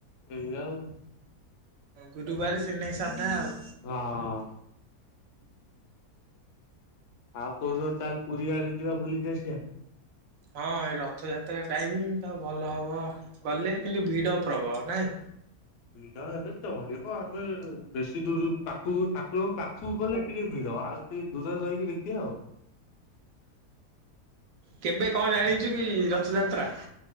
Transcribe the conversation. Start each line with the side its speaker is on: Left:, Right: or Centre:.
Left: ଏଇ ଆଉ।
Right: ଗୁରୁବାର ସିଇଥିନାଗି ସାଧା ଆଉ।
Left: ହଁ। ଆଉ କୋଉଦିନ ଚାଲ ପୁରୀ ଆଡେ ଯିବା ବୁଲିକି ଆସିବା।
Right: ହଁ ଏ ରଥଯାତ୍ରା ଟାଇମ ତ ଭଲ ହବ ଗଲେ କିନ୍ତୁ ଭିଡ ପ୍ରବଳ ନାଇଁ
Left: ଭିଡ ହେଲେ ଚଳିବ ଏବେ ବେଶୀ ଦୂର ପାଖକୁ ଠାକୁରଙ୍କ ପାଖକୁ ଗଲେ ଟିକେ ଭିଡ ଆଉ ଟିକେ ଦୂରରେ ରହିକି ଦେଖିବା ଆଉ।
Right: କେବେ କଣ ଜାଣିଛୁ କି ରଥଯାତ୍ରା?